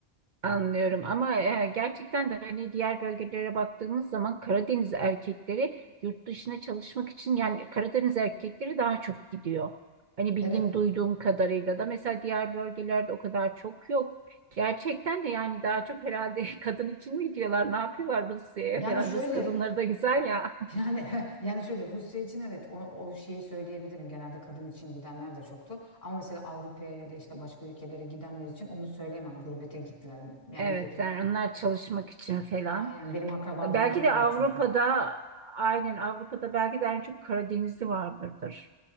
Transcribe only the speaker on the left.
Evet.
Yani
şöyle
yani <laughs> yani şöyle Rusya için evet o, o şeyi söyleyebilirim. Genelde kadın için gidenler de çoktu. Ama mesela Avrupa'ya ya da işte başka ülkelere gidenler için onu söyleyemem. Gurbete gittiler. Yani
nitekim.
Aynen benim akrabalarımda
da
var çünkü.